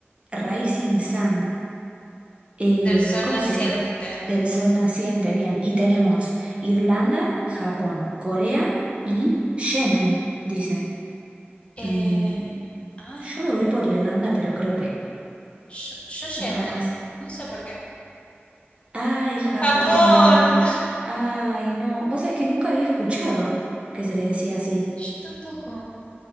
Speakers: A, on the right; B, on the left.
A: Rising Sun? Eh,
B: del sol
A: ¿cómo
B: naciente.
A: sería? Del sol naciente, bien. Y tenemos Irlanda, Japón, Corea y Yemen, dice.
B: Eh,
A: Mm,
B: ay,
A: yo me voy a ir por Irlanda, pero creo que
B: yo, yo Yemen.
A: no vas.
B: No sé por qué.
A: Ay, Japón
B: Japón.
A: era. Ay, no. Vos sabés que nunca había escuchado que se le decía así.
B: Yo tampoco.